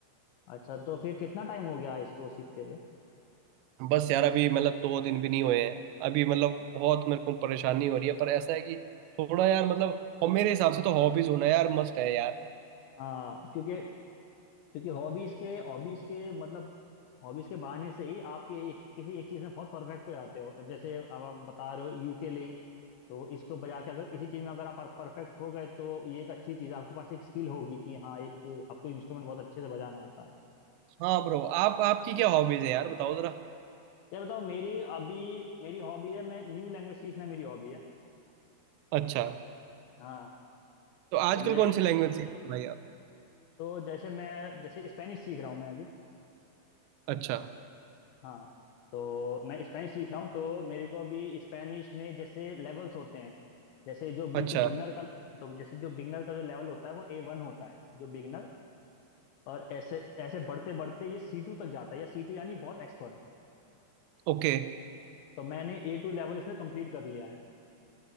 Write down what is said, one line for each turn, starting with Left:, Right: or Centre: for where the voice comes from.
Left: अच्छा तो फिर कितना टाइम हो गया इसको सीखते हुए
Right: बस यार अभी मतलब दो दिन भी नहीं हुए हैं अभी मतलब बहुत मेरे को परेशानी हो रही है पर ऐसा है कि थोड़ा यार मतलब और मेरे हिसाब से तो हॉबीज होना यार मस्ट है यार
Left: हाँ क्योंकि क्योंकि हॉबीज के हॉबीज के मतलब हॉबीज के बहाने से ही आप ये एक, किसी एक चीज में बहुत परफेक्ट हो जाते हो जैसे अब आप बता रहे हो यूकेले ही तो इसको बजा के अगर इसी चीज में अगर आप परफेक्ट हो गए तो ये एक अच्छी चीज है आपके पास एक स्किल होगी कि हाँ एक आपको इंस्ट्रूमेंट बहुत अच्छे से बजाना आता है
Right: हाँ ब्रो आप आपकी क्या हॉबीज है यार बताओ जरा
Left: ये बताओ मेरी अभी मेरी हॉबी है मैं न्यू लैंग्वेज सीखना मेरी हॉबी है
Right: अच्छा
Left: हाँ
Right: तो आजकल
Left: तो मैं
Right: कौन सी लैंग्वेज सीख रहे हो भाई आप
Left: तो जैसे मैं जैसे स्पेनिश सीख रहा हूँ मैं अभी
Right: अच्छा
Left: हाँ तो मैं स्पेनिश सीख रहा हूँ तो मेरे को अभी स्पेनिश में जैसे लेवल्स होते हैं जैसे जो बिल्कुल
Right: अच्छा
Left: बिगनर का तो जैसे जो बिगनर का जो लेवल होता है वो ए वन होता है जो बिगनर और ऐसे ऐसे बढ़ते बढ़ते ये सी टू तक जाता है या सी टू यानी बहुत एक्सपर्ट
Right: ओके
Left: तो मैंने ए टू लेवल इसमें कंप्लीट कर लिया है